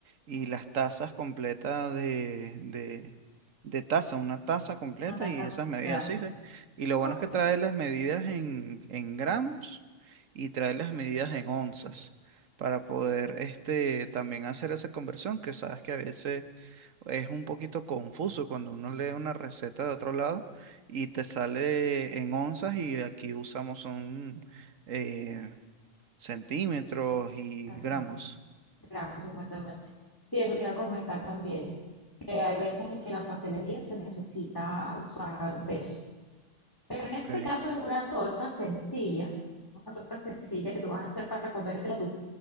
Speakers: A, on the right; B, on the left.
A: y las tazas completas de, de, de taza, una taza completa
B: Una taza
A: y esas medidas,
B: grande.
A: sí, sí. Y lo bueno
B: Ok,
A: es que trae las medidas en, en gramos y trae las medidas en onzas para poder este, también hacer esa conversión, que sabes que a veces es un poquito confuso cuando uno lee una receta de otro lado y te sale en onzas y aquí usamos un eh, centímetros y
B: ajá,
A: gramos.
B: gramos exactamente. Sí, eso te iba a comentar también, que hay veces en que la pastelería se necesita usar un peso. Pero en
A: Ok.
B: este caso es una torta sencilla, una torta sencilla que tú vas a hacer para comértela tú,